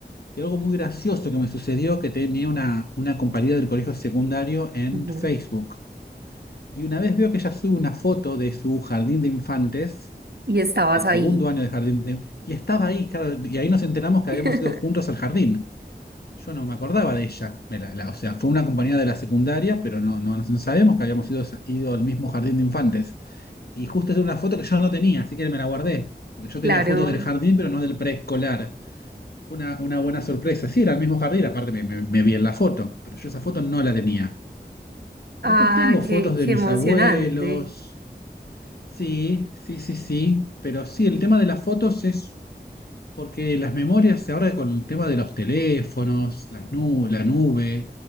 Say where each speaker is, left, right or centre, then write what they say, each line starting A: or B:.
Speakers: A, on the left (about 60°); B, on the right (about 65°).
A: Y algo muy gracioso que me sucedió que tenía una, una compañera del colegio secundario en
B: Ujú.
A: Facebook. Y una vez veo que ella sube una foto de su jardín de infantes,
B: Y estabas
A: del
B: ahí.
A: segundo año de jardín de... Y estaba ahí, claro, y ahí nos enteramos que
B: <laughs>
A: habíamos ido juntos al jardín. Yo no me acordaba de ella. Me la- la- o sea, fue una compañera de la secundaria, pero no, no, no sabíamos que habíamos ido, ido al mismo jardín de infantes. Y justo es una foto que yo no tenía, así que me la guardé. Porque yo tenía
B: Claro.
A: fotos del jardín, pero no del preescolar. Fue una, una buena sorpresa. Sí, era el mismo jardín, aparte me, me- me vi en la foto, pero yo esa foto no la tenía.
B: Ah,
A: Después tengo fotos
B: qué, qué
A: de mis
B: emocionante.
A: abuelos. Sí, sí, sí, sí. Pero sí, el tema de las fotos es porque las memorias, ahora con el tema de los teléfonos, las nu- la nube.